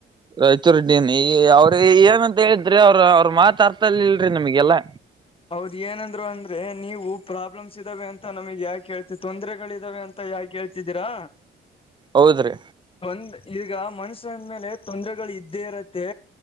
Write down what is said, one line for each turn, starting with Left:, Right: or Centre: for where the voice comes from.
Right: ರಾಯಚೂ ರಡ್ಡ ಅವ್ರ ಏನಂತ ಹೇಳಿದ್ರೆ ಅವ್ರ ಮಾತ ಅರ್ತಲ್ ಇಲ್ರರಿ ನಿಮಗೆಲ್ಲಾ
Left: ಹೌದ್ ಏನಂದ್ರು ಅಂದ್ರೆ ನೀವು ಪ್ರಾಬ್ಲಮ್ಸ್ ಇದ್ದಾವೆ ಅಂತ ನಮಗ್ ಯಾಕ ಹೇಳ್ತಿ‌ ತೊಂದ್ರರೆಗಳ ಇದಾವೆ ಅಂತ ಯಾಕೆ ಹೇಳ್ತಿದ್ದೀರಾ
Right: ಹೌದ್ರೀ
Left: ಒಂದ ಈಗ ಮನುಷ್ಯರಂದ ಮೇಲೆ ತೊಂದ್ರರೆಗಳು ಇದ್ದೇ ಇರತ್ತೆ